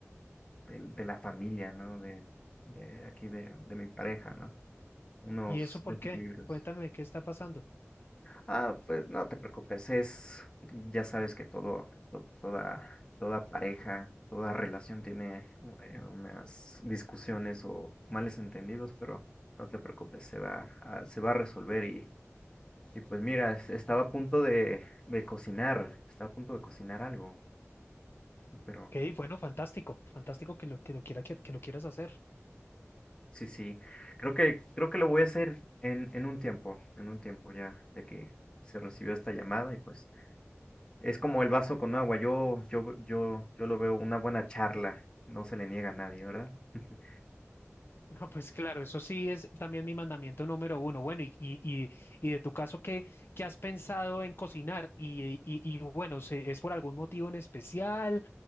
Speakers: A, on the left; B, on the left.
A: de, de la familia, ¿no? De, de aquí, de, de mi pareja, ¿no? Unos
B: ¿Y eso
A: desequilibrios.
B: por qué? Cuéntame qué está pasando.
A: Ah, pues no te preocupes, es, ya sabes que todo, to- toda, toda pareja, toda relación tiene u- eh, unas discusiones o males entendidos, pero no te preocupes, se va a, se va a resolver y, y pues mira, es- estaba a punto de, de cocinar, estaba a punto de cocinar algo, pero
B: Ok, bueno, fantástico, fantástico que lo, que lo quiera, que, que lo quieras hacer. <laughs>
A: sí, sí, creo que, creo que lo voy a hacer en, en un tiempo, en un tiempo ya, ya que se recibió esta llamada y pues Es como el vaso con agua. Yo, yo, yo, yo lo veo una buena charla. No se le niega a nadie, ¿verdad? <laughs>
B: No, pues claro, eso sí es también mi mandamiento número uno. Bueno, y, y, y, y de tu caso, ¿qué, qué has pensado en cocinar? Y, y, y bueno, ¿se- ¿es por algún motivo en especial?